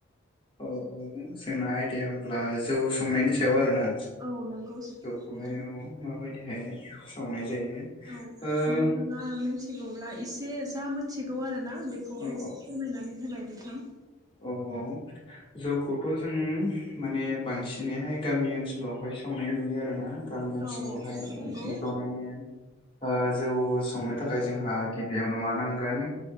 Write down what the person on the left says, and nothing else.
औ औ जोंना आयदाया होमब्ला जौ संनायनि सायाव आरोना?
जौखौहाय
माबायदिहाय सावनाय जायो
ओ
औ
औ औ जौखौथ' जों माने बांसिनैहाय गामि ओनसोलावहाय सावनाय नुयो आरोना । गामि ओनसोलावहाय
बांसिन संनाय नुयो । ओ जौ संनो थाखाय जोंहा गिबियावनो मा नांगोन